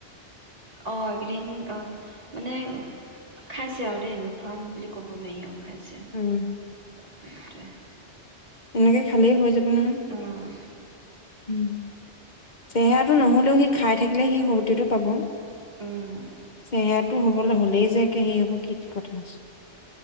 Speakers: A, on the right; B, on the left.
A: অ', এইকেইদিন, অ, মানে খাইছে আৰু দেই নোখোৱা বুলি ক'ব নোৱাৰি আৰু। খাইছে,
B: উম
A: সেইটোৱেই।
B: এনেকে খালেই হৈ যাব। <unintelligible>
A: অ
B: উম, চেহেৰাটো নহ'লেও সি খাই থাকিলে সি শক্তিটো পাব।
A: উম।
B: চেহেৰাটো হ'বলৈ হ'লেই যেই একে সেই হ'ব কি কথা আছে।